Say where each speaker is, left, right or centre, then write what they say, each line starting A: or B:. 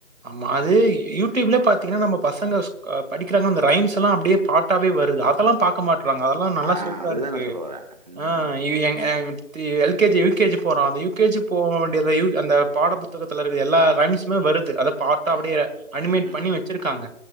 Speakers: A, on the right; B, on the right.
A: ஆமா அது யூடியூப்லயே பாத்தீங்னா நம்ம பசங்க ஸ்க் படிக்கிறாங்க அந்த ரைம்ஸ் எல்லா அப்டியே பாட்டாவே வருது அதெல்லா பாக்க மாட் ட்றாங்க அதெல்லா நல்லா
B: ஆ
A: சூப்பரா
B: அதுதான்
A: இருக்கு
B: நான் சொல்ல வரேன். ம்,
A: ஆஹ் எ எங் அஹ் three L K G U K G போற அந்த யூ கே ஜி போக வேண்டியத யூ அந்த பாட புத்தகத்தில இருக்க எல்லா ரைம்ஸுமே வருது அத பார்த்த அப்படியே
B: ம்,
A: அனிமேட்
B: ம்,
A: பண்ணி வச்சிருக்காங்க